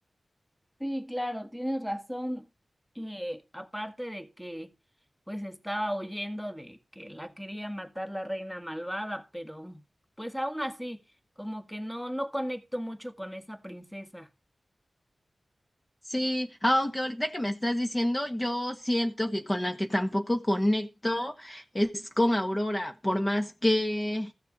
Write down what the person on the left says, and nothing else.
Sí, aunque ahorita que me estás diciendo, yo siento que con la que tampoco conecto es con Aurora, por más que,